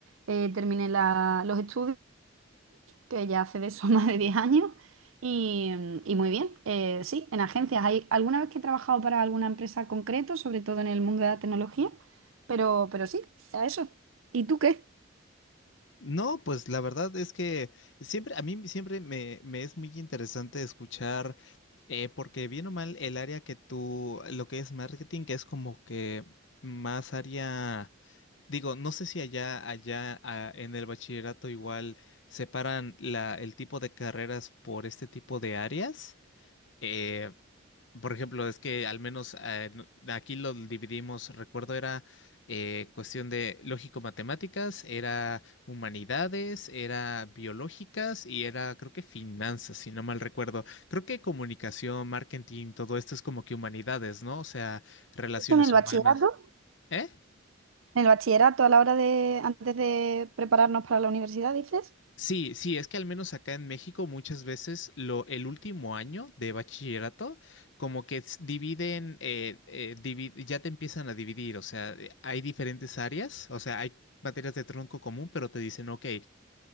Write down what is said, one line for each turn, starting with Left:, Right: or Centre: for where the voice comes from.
Right: eh, terminé la- los estudios, que ya hace de eso <laughs> más de 10 años. Y, y muy bien, Eh, sí, en agencias. Hay, alguna vez que he trabajado para alguna empresa concreto, sobre todo en el mundo de la tecnología, pero, pero sí, a eso. ¿Y tú qué?
Left: No, pues la verdad es que siempre, a mí siempre me, me es muy interesante escuchar, eh, porque bien o mal el área que tú, lo que es marketing, que es como que más área. Digo, no sé si allá, allá ah, en el bachillerato igual separan la, el tipo de carreras por este tipo de áreas. Eh, por ejemplo, es que al menos eh, no- aquí lo dividimos, recuerdo, era eh, cuestión de lógico-matemáticas, era humanidades, era biológicas y era, creo que finanzas, si no mal recuerdo. Creo que comunicación, marketing, todo esto es como que humanidades, ¿no? O sea, relaciones
Right: ¿Esto en el
Left: humanas.
Right: bachillerato?
Left: ¿Eh?
Right: En el bachillerato, a la hora de, antes de prepararnos para la universidad, dices.
Left: Sí, sí, es que al menos acá en México muchas veces lo, el último año de bachillerato como que s- dividen, eh, eh, divi- ya te empiezan a dividir, o sea, eh, hay diferentes áreas, o sea, hay materias de tronco común, pero te dicen, ok,